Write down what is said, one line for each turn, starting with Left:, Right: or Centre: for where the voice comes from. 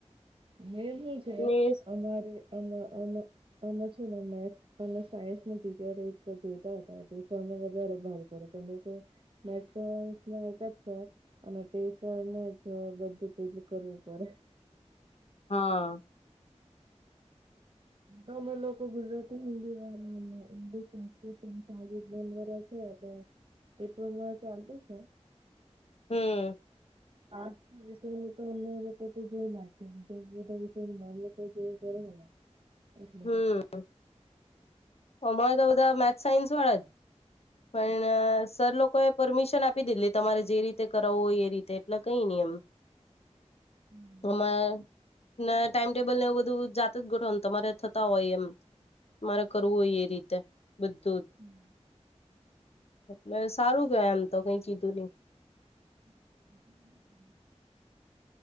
Right: મેન હુ છે,
Left: મીન્સ
Right: અમારે આમાં આમાં-' આમાં છે ને મેથ અને સાયન્સની ટીચર એક જતા હતા ટને વધારે ભાર કરડો કે મે એક જ સર અને ને જ બધું જ ફલ કરવું પડે.
Left: હા!
Right: તોમે લોકો ગુજરાતી હિન્દી વાર હંગ સંસ્કૃત ન <inaudible> હ એ પ્રરે ચાલતું છે.
Left: હમ
Right: હા એ વિષય હું તો અમે એ ક તો જોઈ નાખીએ નેધ વિષય તો જોઈ કરેને હમ
Left: હમ અમારે તો બધા મેથસ સાયન્સ વાળા જ પણ સર લોકો એ પરમિશન આપી દીધલી તમારે જે રીતે કરાવવું હોય એ રીતે એટલે કઈ નહી એમ
Right: હમ
Left: તમારે ના ટાઈમ ટેબલ ને એવું બધું જાત જ ગોઠો તમારે થતા હોય એમ. મારે કરવું હોય એ રીતે બધું જ.
Right: હમ
Left: એટલે સારું કેવાય એમ તો કઈ કીધું નહી.
Right: એ